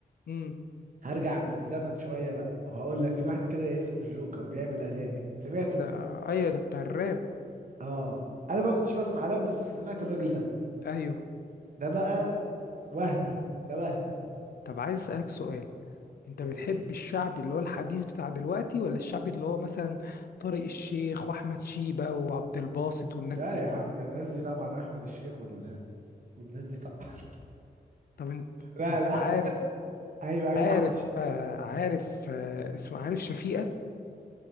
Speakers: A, on the left; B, on the right.
A: امم
B: هرجع بالزمن شويه بقى وهقول لك في واحد كده اسمه الجوكر بيعمل اغاني سمعته
A: ده ايوه ده بتاع الراب
B: اه انا ما كنتش بسمع راب بس سمعت الراجل ده
A: ايوه
B: ده بقى وهمي ده وهمي
A: طب عايز اسالك سؤال انت
B: قول
A: بتحب الشعبي اللي هو الحديث بتاع دلوقتي ولا الشعبي اللي هو مثلا طارق الشيخ واحمد شيبة وعبد الباسط والناس
B: لا
A: دي
B: يا عم الناس دي طبعا احمد الشيخ ولا والناس دي طبعا <laughs>
A: طب انت
B: لا
A: انت
B: لا
A: عارف
B: ايوه ايوه
A: عارف
B: احمد الش...
A: آه، عارف آه، اسمه عارف شفيقة